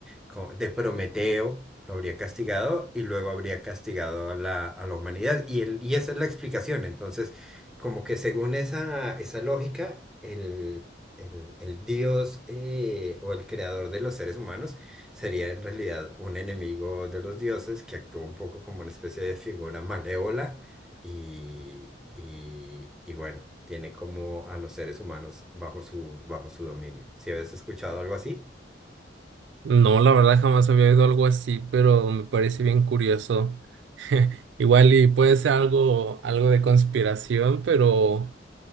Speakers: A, in the centre; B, on the right.
A: co- de Prometeo, lo habría castigado y luego habría castigado a la, a la humanidad. Y, el- y esa es la explicación. Entonces, como que según esa, esa lógica, el, el- el dios eh, o el creador de los seres humanos sería en realidad un enemigo de los dioses que actúa un poco como una especie de figura malévola y, y, y bueno. Tiene como a los seres humanos bajo su, bajo su dominio. Si habías escuchado algo así,
B: No, la verdad jamás había oído algo así, pero me parece bien curioso. <laughs> Igual y puede ser algo, algo de conspiración, pero